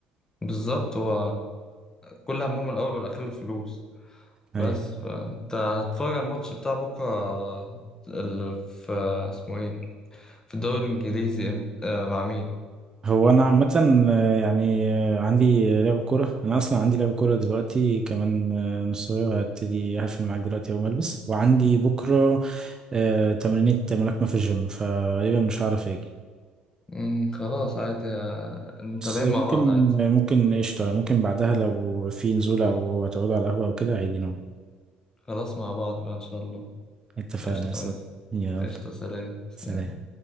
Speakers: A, on the left; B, on the right.
A: بالظبط هو كل همهم الاول والاخير الفلوس
B: أيوه
A: بس فانت هتتفرج على الماتش بتاع بكره اللي في اسمه ايه في الدوري الانجليزي امت- آه، مع مين
B: هو أنا عامة آه، يعني آه، عندي لعب كورة أنا أصلا عندي لعب كورة دلوقتي كمان آه، نص ساعة هبتدي هقفل معاك دلوقتي أول ما ألبس وعندي بكرة آه، تمرينة ملاكمة في الجيم فغالبا مش هعرف أجي
A: مم، خلاص عادي آه، متابعين
B: بس ممكن
A: مع بعض عادي
B: ممكن قشطة ممكن بعدها لو في نزولة أو هتقعدوا على القهوة أو كده عادي نوم
A: خلاص مع بعض بقى إن شاء الله
B: اتفقنا
A: قشطة
B: يا صاحبي.
A: ماشي.
B: يلا
A: قشطة سلام سلام
B: سلام